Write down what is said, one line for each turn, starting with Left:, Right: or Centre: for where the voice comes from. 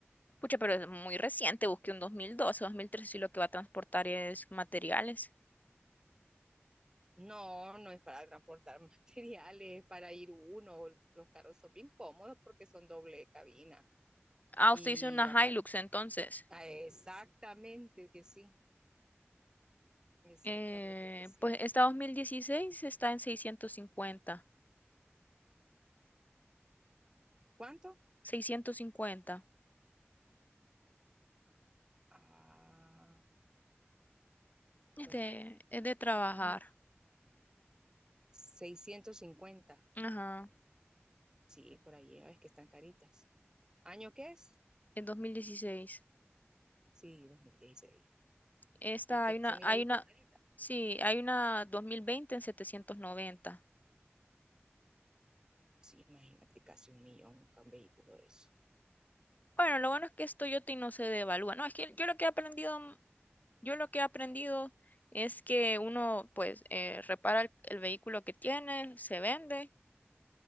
Left: Pucha, pero es muy reciente, busqué un dos dos, mil doce, dos mil 2013 y lo que va a transportar es materiales.
Right: No, no es para transportar <laughs> materiales, es para ir uno. Los carros son bien cómodos porque son doble cabina.
Left: Ah,
Right: Y
Left: usted hizo una
Right: aparte,
Left: Hilux entonces.
Right: exactamente que sí, exactamente
Left: Eh,
Right: que sí.
Left: pues esta dos mil dieciséis, está en 650.
Right: ¿Cuánto?
Left: 650.
Right: Ah,
Left: Es
Right: pues
Left: de,
Right: a ver,
Left: es de trabajar.
Right: no- seiscientos cincuenta,
Left: Ajá.
Right: Sí, por ahí, ah, es que están caritas. ¿Año qué es?
Left: En dos mil dieciséis
Right: Sí, 2016.
Left: Esta
Right: Y que
Left: hay una,
Right: se mira
Left: hay
Right: bien
Left: una,
Right: cuidadita.
Left: sí, hay una 2020 en setecientos noventa
Right: Sí, imagínate, casi un millón con un vehículo de eso.
Left: Bueno, lo bueno es que esto yo no se devalúa. No, es que yo lo que he aprendido, yo lo que he aprendido es que uno pues eh, repara el, el vehículo que tiene, se vende